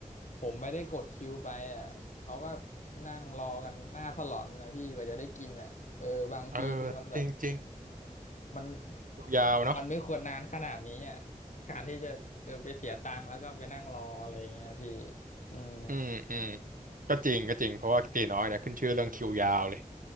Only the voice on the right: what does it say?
เออจริงจริง
คิวยาวเนาะ
อืมอืมก็จริงก็จริงเพราะว่าตี๋น้อยเนะขึ้นชื่อเรื่องคิวยาวเลย